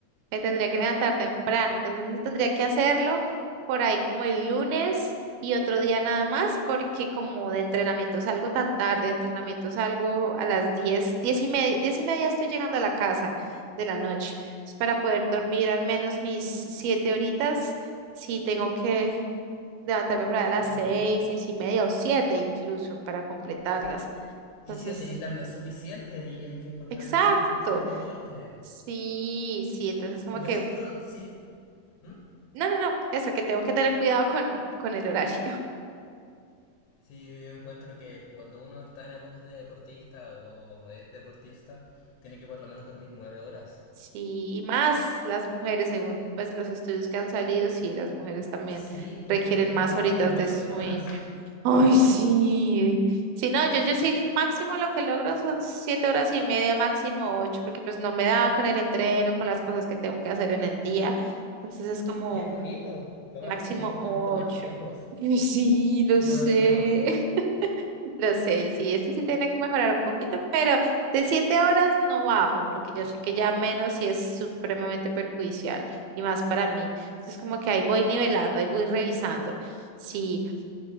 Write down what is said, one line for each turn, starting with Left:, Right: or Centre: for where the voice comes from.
Right: Me tendría que levantar temprano, entonces eso tendría que hacerlo por ahí como el lunes y otro día nada más, porque como de entrenamiento salgo tan tarde, de entrenamiento salgo a las diez, diez y media, diez y media estoy llegando a la casa de la noche. Entonces, para poder dormir al menos mis siete horitas, sí tengo que levantarme por allá a las
Left: Mm.
Right: seis, seis y media o siete incluso para completarlas.
Left: Y,
Right: Entonces,
Left: y si hotelita no es suficiente y hay que encontrar
Right: exacto.
Left: el tiempo para hacer deporte.
Right: Sí, sí, entonces como
Left: Yo
Right: que,
Left: siento, sí. ¿Mm?
Right: no, no, no, eso, que tengo que tener cuidado con, con el horario.
Left: Sí, yo encuentro que cuando uno está en épocas de deportista o es deportista, tiene que por lo menos dormir nueve horas.
Right: Sí, y más las mujeres, según pues los estudios que han salido, sí, las mujeres también
Left: Sí, porque
Right: requieren
Left: tienen
Right: más
Left: que recargar
Right: horitas
Left: más
Right: de sueño.
Left: hormonas.
Right: Ay, sí. Sí, no, yo, yo sí el máximo lo que logro son siete horas y media, máximo ocho, porque pues no me da con el entreno, con las cosas que tengo que hacer en el día. Entonces es como
Left: Y es poquito. Lo
Right: máximo
Left: malo es que nos vamos
Right: ocho.
Left: poniendo más viejos
Right: Ay, Sí,
Left: si
Right: lo sé.
Left: no dormimos.
Right: Lo sé, sí, este sí tiene que mejorar un poquito, pero de siete horas no bajo, porque yo sé que ya menos sí es supremamente perjudicial y más para mí. Entonces, como que ahí voy nivelando, ahí voy revisando. Sí,